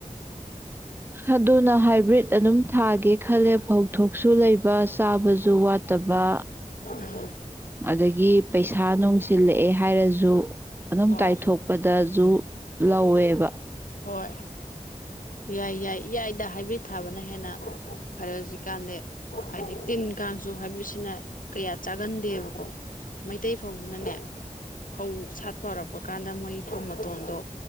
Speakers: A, on the right; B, on the left.
A: ꯑꯗꯨꯅ ꯍꯥꯏꯕ꯭ꯔꯤꯠ ꯑꯗꯨꯝ ꯊꯥꯒꯦ ꯈꯜꯂꯦ ꯐꯧꯊꯣꯛꯁꯨ ꯂꯩꯕ ꯆꯥꯕꯁꯨ ꯋꯥꯠꯇꯕ
B: ꯎꯝ
A: ꯑꯗꯒꯤ ꯄꯩꯁꯥ ꯅꯨꯡꯁꯤꯜꯂꯛꯑꯦ ꯍꯥꯏꯔꯁꯨ ꯑꯗꯨꯝ
B: ꯍꯣꯏ
A: ꯇꯥꯏꯊꯣꯛꯄꯗꯁꯨ ꯂꯧꯋꯦꯕ
B: ꯍꯣꯏ ꯌꯥꯏ ꯌꯥꯏ ꯏꯌꯥꯏꯗ ꯍꯥꯏꯕ꯭ꯔꯤꯠ ꯊꯥꯕꯅ ꯍꯦꯟꯅ ꯐꯔꯦ ꯍꯧꯖꯤꯛꯀꯥꯟꯗꯤ ꯍꯥꯏꯗꯤ ꯇꯤꯟ ꯀꯥꯡꯁꯨ ꯍꯥꯏꯕ꯭ꯔꯤꯠꯁꯤꯅ ꯀꯌꯥ ꯆꯥꯒꯟꯗꯦꯕꯀꯣ ꯃꯩꯇꯩ ꯐꯥꯎꯁꯤꯅꯅꯦ ꯐꯧ ꯁꯥꯠꯄ ꯍꯧꯔꯛꯄ ꯀꯥꯟꯗ ꯃꯣꯏ ꯐꯧ ꯃꯇꯣꯟꯗꯣ